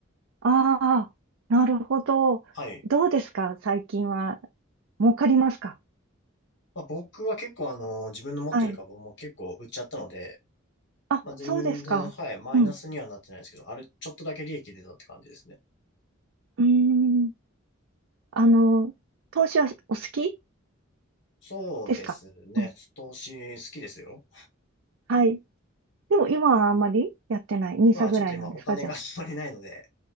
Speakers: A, on the right; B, on the left.
A: ああ、なるほど。
B: はい。
A: どうですか最近は。儲かりますか
B: まあ僕は結構あの、自分の持ってる株も結構売っちゃったので、
A: はい。あ、
B: まあ全然、
A: そうですか。
B: はい、マイナスにはなってないですけど、
A: うん。
B: あれ、ちょっとだけ利益出たって感じですね。
A: うーん。あの、投資はお好き
B: そうですね。
A: ですかうん。
B: 投資好きですよ。
A: はい。でも今はあんまりやってない。n
B: 今はちょっと今お金が
A: i s ぐらいなんですかじゃ
B: <laughs> あんまりないので、